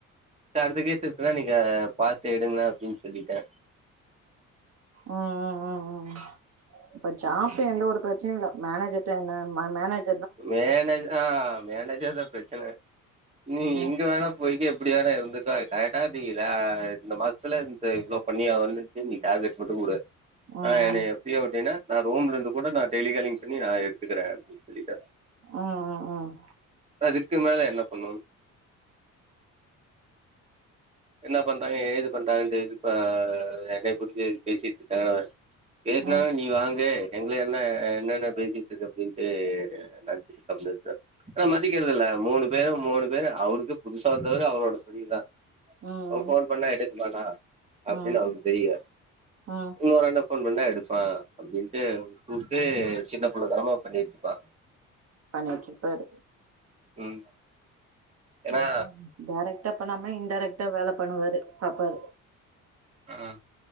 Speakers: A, on the right; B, on the right.
A: அடுத்த கேஸ் எப்டின்னா நீங்க பாத்து எடுங்க அப்டின் சொல்லிட்டே
B: ம் ம் ம் ம் ஷாப் எந்த ஒரு பிரச்சனையு இல்ல மேனேஜர் இப்ப என்ன மே மேனேஜ்
A: மேனே ஆ மேனேஜ் எ சார் பிரச்சன நீ
B: ம்
A: எங்க வேணா போய்க அப்டியான இருந்துக்க கரெக்டா நீ இந்த மாசத்துல இந்த இவ்ளோ பண்ணி வந்துச்சு நீ டார்கெட் மட்டு குடு
B: ம்
A: ஆ என்னய ஃப்ரீயா விட்டனா நா ரூம்லருந்து கூட நா டெய்லிகாலிங் பண்ணி நா எடுத்துக்கிற அப்டின் சொல்லிட்ட
B: ம் ம்
A: அதுக்கு மேல என்ன பண்ணனு என்ன பண்றாங்க ஏது பண்றாங்க இதுப்பா என்னைய புரிஞ்சு பேசிட்டுட்ரு <unintelligible> பேஸ்னா
B: ம்
A: நீ வாங்கு எங்ள என்ன என்னென்ன பேசிட்டுருக்க அப்டின்ட்டு நெனச்சிட் கம்னு இருக்க ஆனா மதிக்கிறதில்ல மூணு பேரும் மூணு பேரும் அவருக்கு பு புதுசா வந்தவரு அவரோட பிரண்ட்டுதா
B: ம் ம்
A: அவர் போன் பண்ணா எடு உமா னா
B: ம்
A: அப்டின்னு அவருக்கு தெரியல
B: ம்
A: இன்னொரு அண்ட போன் பண்ணா எடுப்பா அப்டின்ட்டு து சின்ன புள்ள தனமா பண்ணிட்ருப்பா
B: பண்ணிட்ருப்பாரு
A: ம் ஏன்னா
B: அதா டாரக்டா ப்ப நம்ம இன்டைரக்ட்டா வேல பண்ணுவாரு பாப்பாரு
A: அ அ